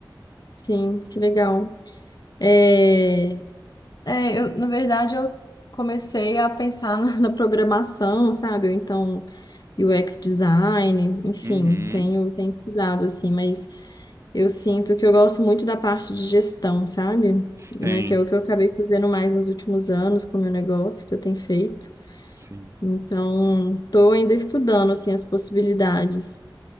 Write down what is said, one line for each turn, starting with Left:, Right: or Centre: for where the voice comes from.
Left: Sim, que legal. É, é, eu, na verdade, eu comecei a pensar na, na programação, sabe? Ou Então, UX design, enfim,
Right: Uhum.
Left: tenho, tenho estudado, assim, mas Eu sinto que eu gosto muito da parte de gestão, sabe?
Right: Sim,
Left: Né, que é o que eu acabei fazendo mais nos últimos anos com o meu negócio que eu tenho feito.
Right: sim,
Left: Então, estou ainda estudando assim as possibilidades.